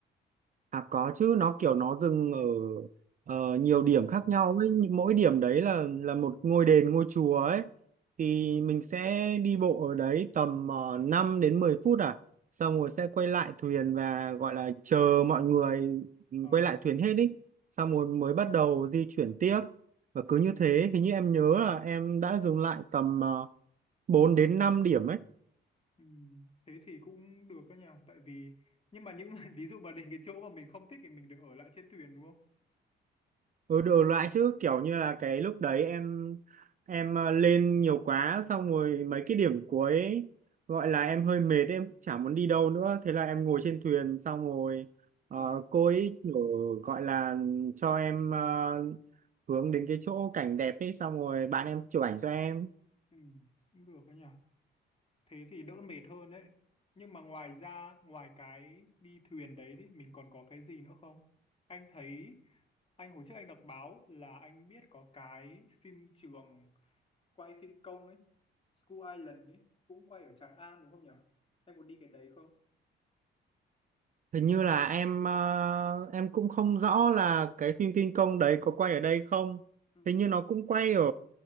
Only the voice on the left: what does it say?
ờ,
ừm,
ờ,
ừm. thế thì cũng được đó nhỉ tại vì nhưng mà những <laughs> ví dụ mà đến cái chỗ mà mình không thích thì mình được ở lại trên thuyền đúng không
ừ.
ờ,
ừm, cũng được đó nhỉ thế thì đỡ mệt hơn đấy nhưng mà ngoài ra ngoài cái đi thuyền đấy thì mình còn có cái gì nữa không anh thấy anh hồi trước anh đọc báo là anh biết có cái phim trường quay phim công ấy School Island ấy cũng quay ở Tràng An đúng không nhỉ em muốn đi cái đấy không
ừ.